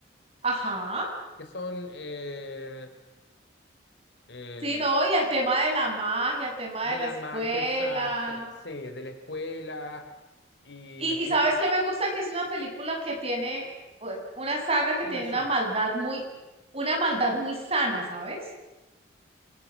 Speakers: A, on the right; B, on the left.
A: Ajá.
B: que son eh, el,
A: Sí, no, y el tema de la magia, el tema
B: de
A: de la
B: la
A: escuela.
B: magia, exacto, sí, de la escuela y
A: Y,
B: las cre-
A: y sabes qué me gusta que es una película que tiene o- una saga que
B: una
A: tiene
B: saga.
A: una maldad muy, una maldad muy sana, ¿sabes?